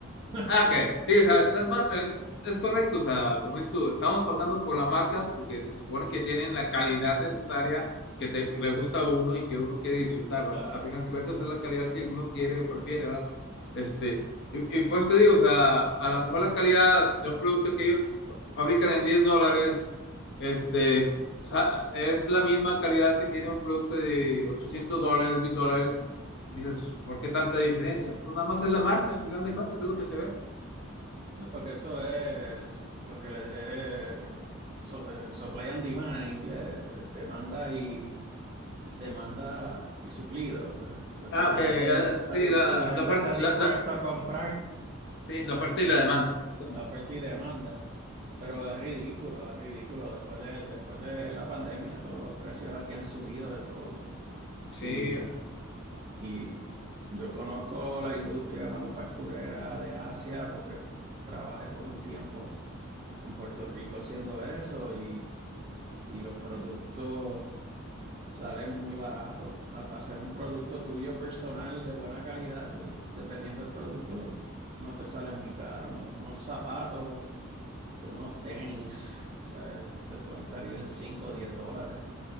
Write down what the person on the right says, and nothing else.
<laughs>
Claro,
¿no? porque eso es lo que le... eh, so- eh, supply and demand en inglés, de- demanda y demanda y suplido. O sea, la-
si la
gente
está,
di-
si la
gente
está
dispuesta
a comprar,
la oferta y demanda. Pero es ridículo, es ridículo. Después de, después de la pandemia, todos los precios aquí han subido de todo.
Y, y yo conozco la industria manufacturera de Asia porque trabajé por un tiempo en Puerto Rico haciendo eso y, y los productos. Sale muy barato. Ha- Hacer un producto tuyo personal de buena calidad, eh, dependiendo del producto, no te sale muy caro. Unos zapatos, te- unos tenis, o sea, te pueden salir en 5, o 10 dólares.